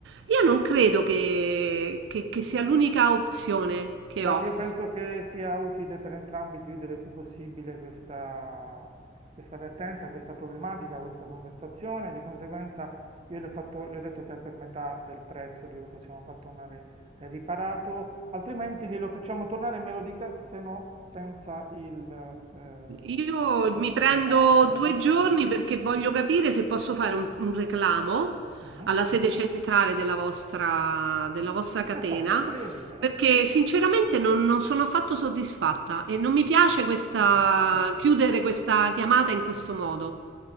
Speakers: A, on the right; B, on the right.
A: io non credo che che che sia l'unica opzione che
B: Guardi,
A: ho.
B: io penso che sia utile per entrambi chiudere il più possibile questa, questa vertenza, questa problematica, questa conversazione. Di conseguenza, io le ho fatto- le ho detto che è per metà del prezzo glielo possiamo far tornare eh, riparato, altrimenti glielo facciamo tornare, me lo dica, se no senza il, eh,
A: Io mi prendo
B: la riparazione.
A: due giorni
B: E poi-
A: perché voglio capire se posso fare un, un reclamo
B: Mhm.
A: alla sede centrale della vostra, della vostra catena,
B: Certamente, lei è libera.
A: perché sinceramente non, non sono affatto soddisfatta e non mi piace questa,
B: Eh,
A: chiudere questa chiamata in questo modo.